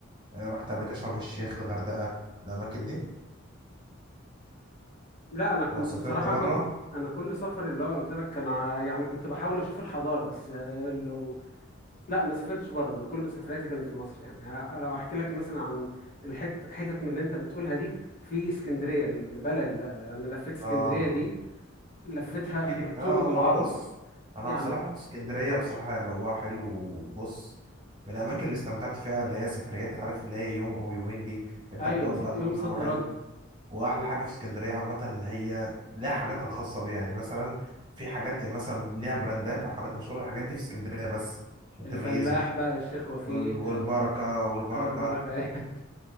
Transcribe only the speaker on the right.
آه، رحت قبل كده شرم الشيخ الغردقه الاماكن دي
او سافرت
بره
اه
احكي لك
اه
انا بص انا
بصراحه رحت اسكندريه بصراحه جوها حلو وبص من الاماكن اللي استمتعت فيها اللي هي سفريات عارف اللي هي يوم او يومين دي انت
بتقعد
بقى
تقعد
جو حلو
واحلى حاجه في اسكندريه عامه ان هي ليها حاجاتها الخاصه بيها يعني مثلا في حاجات يعني مثلا ليها براندات او حاجات مشهوره الحاجات دي في اسكندريه بس عشان
تميزها
وال- والبركه والبركه